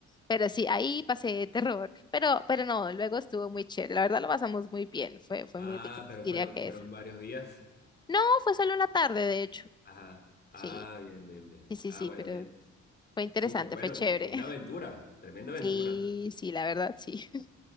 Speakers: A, on the left (about 15°); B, on the left (about 35°).
A: Pero sí, ahí pasé terror. Pero, pero no, luego estuvo muy chévere. La verdad lo pasamos muy bien. Fue, fue
B: Ah,
A: muy rico,
B: pero
A: diría
B: fueron,
A: que
B: fueron
A: esa.
B: varios días.
A: No, fue solo una tarde, de hecho.
B: Ajá. Ah,
A: Sí,
B: bien, bien, bien.
A: sí, sí,
B: Ah,
A: sí,
B: bueno,
A: pero
B: bien.
A: fue interesante,
B: Súper, bueno,
A: fue chévere.
B: pues fue una
A: <laughs>
B: aventura, tremenda aventura.
A: Sí, sí, la verdad, sí. <laughs>